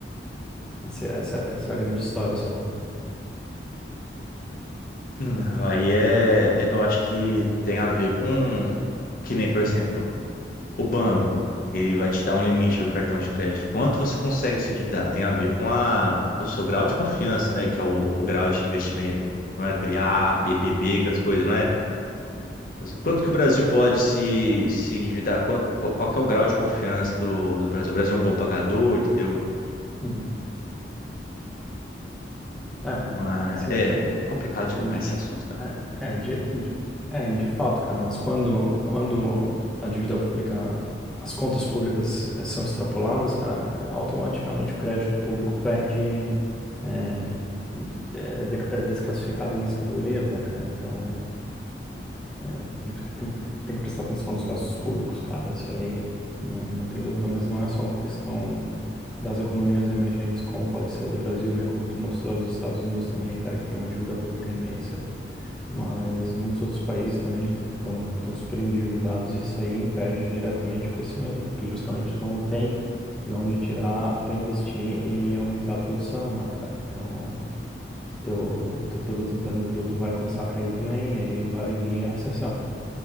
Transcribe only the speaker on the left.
Não, aí é, é- eu acho que tem a ver com, que nem, por exemplo, O banco, ele vai te dar um limite do cartão de crédito. Quanto você consegue se endividar? Tem a ver com a, o seu grau de confiança, né? Que é o, o grau de investimento. Não é aquele A, B, B, B, que as coisas, não é? Mas Quanto que o Brasil pode se, se endividar? Quanto, qual, qual que é o grau de confiança do, do Brasil? O Brasil é um bom pagador, entendeu?
Mas
é, é complicado
demais esse assunto, cara.